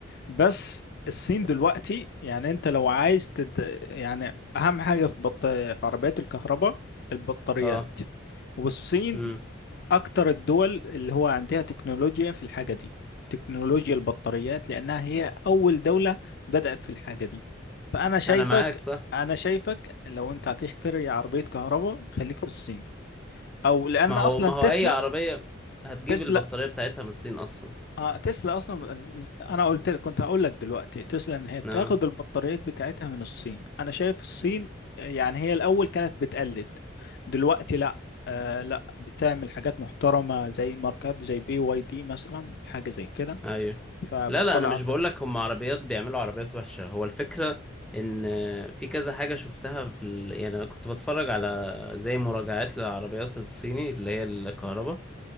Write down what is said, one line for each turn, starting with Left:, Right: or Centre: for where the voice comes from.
Left: بس الصين دلوقتي يعني انت لو عايز تد... يعني اهم حاجه في بط... في عربيات الكهرباء البطاريات
Centre: اه
Left: والصين
Centre: امم
Left: اكتر الدول اللي هو عندها تكنولوجيا في الحاجه دي تكنولوجيا البطاريات لانها هي اول دوله بدأت في الحاجه دي فانا شايفك
Centre: انا معاك صح
Left: انا شايفك لو انت هتشتري عربيه كهرباء خليك في الصين او لان
Centre: ما هو
Left: اصلا
Centre: ما هو
Left: تسلا
Centre: اي عربية هتجيب
Left: تسلا
Centre: البطارية بتاعتها من الصين اصلا
Left: اه تسلا اصلا انا قلت لك كنت هقول لك دلوقتي تسلا ان هي بتاخد
Centre: اه
Left: البطاريات بتاعتها من الصين انا شايف الصين يعني هي الاول كانت بتقلد دلوقتي لا آه لا بتعمل حاجات محترمه زي ماركات زي بي واي دي مثلا حاجه زي كده
Centre: ايوه
Left: فبتطلع
Centre: لا لا انا مش
Left: عربيات
Centre: بقول لك هم عربيات بيعملوا عربيات وحشة هو الفكرة ان في كذا حاجة شفتها في ال... يعني انا كنت بتفرج على زي مراجعات للعربيات الصيني اللي هي الكهرباء